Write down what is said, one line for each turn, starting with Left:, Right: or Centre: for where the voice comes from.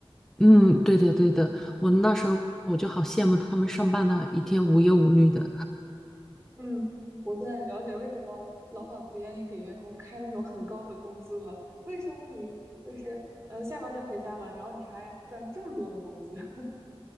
Centre: 嗯，对的，对的，我那时候我就好羡慕他们上班的一天无忧无虑的。
Right: 嗯，我现在了解为什么老板不愿意给员工开那种很高的工资了，为什么你就是呃下班就回家了，然后你还赚这么多的工资，<laughs>